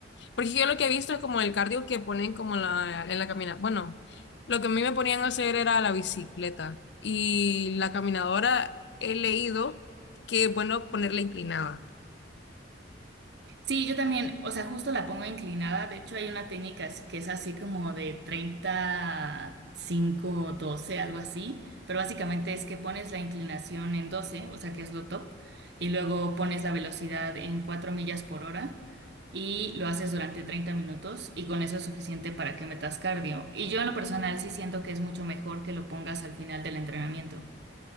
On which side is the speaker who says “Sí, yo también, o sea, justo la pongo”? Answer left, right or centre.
Right